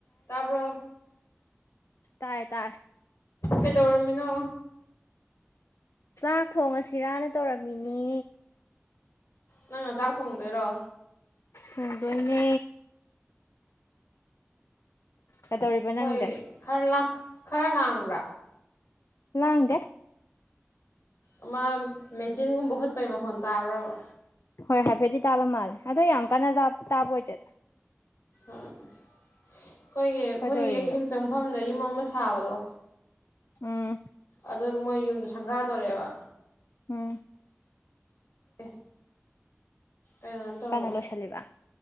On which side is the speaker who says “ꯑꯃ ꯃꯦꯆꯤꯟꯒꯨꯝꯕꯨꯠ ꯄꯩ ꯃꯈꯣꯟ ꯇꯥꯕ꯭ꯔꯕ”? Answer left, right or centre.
Left